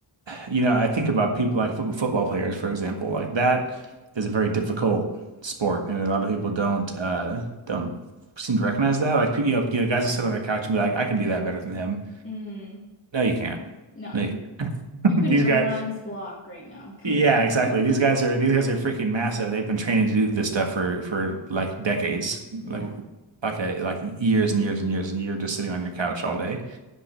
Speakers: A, on the right; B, on the left.
A: You know, I think about people like foot football players, for example, like that is a very difficult sport, and a lot of people don't uh don't seem to recognize that. Like, you know, you know, guys will sit on their couch and be like, "I can do that better than him."
B: Mm,
A: No, you can't.
B: no,
A: No, you can't.
B: you couldn't
A: <laughs> These
B: run
A: guys,
B: around this block right now. Come
A: yeah, exactly. These
B: on.
A: guys
B: <laughs>
A: are these guys are freaking massive. They've been training to do this stuff for for like decades,
B: Yeah.
A: like like a like years and years and years and you're just sitting on your couch all day.